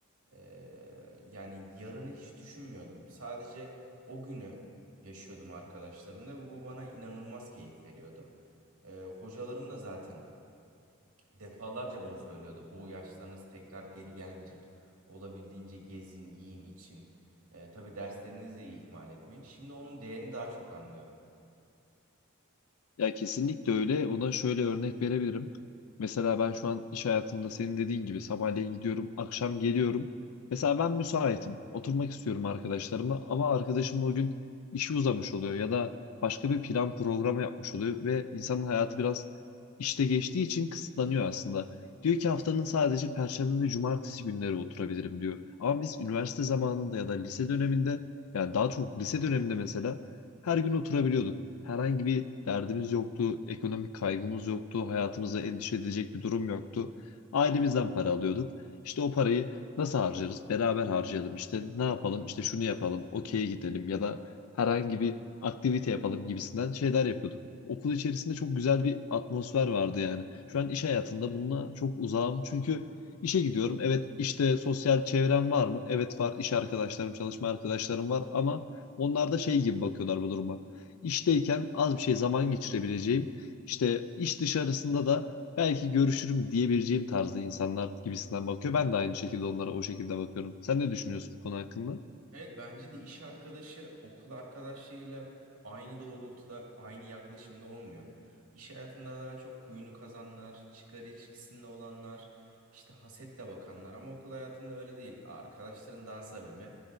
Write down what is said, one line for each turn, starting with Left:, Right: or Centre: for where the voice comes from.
Right: Eee, yani yarını hiç düşünmüyordum. Sadece o günü yaşıyordum arkadaşlarımla ve bu bana inanılmaz keyif veriyordu. Eee, hocalarım da zaten defalarca bunu söylüyordu. Bu yaşlarınız tekrar geri gelmeyecek. Olabildiğince gezin, yiyin, için. Eee tabii derslerinizi de ihmal etmeyin. Şimdi onun değerini daha çok anlıyorum.
Left: Ya kesinlikle öyle. Buna şöyle örnek verebilirim. Mesela ben şu an iş hayatımda senin dediğin gibi sabahleyin gidiyorum, akşam geliyorum. Mesela ben müsaitim. Oturmak istiyorum arkadaşlarımla ama arkadaşımla o gün işi uzamış oluyor ya da başka bir plan programı yapmış oluyor ve insanın hayatı biraz işte geçtiği için kısıtlanıyor aslında. Diyor ki haftanın sadece perşembe ve cumartesi günleri oturabilirim diyor. Ama biz üniversite zamanında ya da lise döneminde yani daha çok lise döneminde mesela her gün oturabiliyorduk. Herhangi bir derdimiz yoktu, ekonomik kaygımız yoktu, hayatımıza endişe edecek bir durum yoktu. Ailemizden para alıyorduk. İşte o parayı nasıl harcarız? Beraber harcayalım İşte ne yapalım? İşte şunu yapalım, okey'e gidelim ya da herhangi bir aktivite yapalım gibisinden şeyler yapıyorduk. Okul içerisinde çok güzel bir atmosfer vardı yani. Şu an iş hayatında bununla çok uzağım çünkü işe gidiyorum. Evet işte sosyal çevrem var mı? Evet var. İş arkadaşlarım, çalışma arkadaşlarım var ama onlar da şey gibi bakıyorlar bu duruma. İşteyken az bir şey zaman geçirebileceğim, işte iş dışarısında da belki görüşürüm diyebileceğim tarzda insanlar gibisinden bakıyor. Ben de aynı şekilde onlara o şekilde bakıyorum. Sen ne düşünüyorsun bu konu hakkında?
Right: Evet bence de iş arkadaşı okul arkadaşıyla aynı doğrultuda, aynı yaklaşımda olmuyor. İş hayatında daha çok kuyunu kazanlar, çıkar ilişkisinde olanlar, işte hasetle bakanlar ama okul hayatında öyle değil. Arkadaşların daha samimi.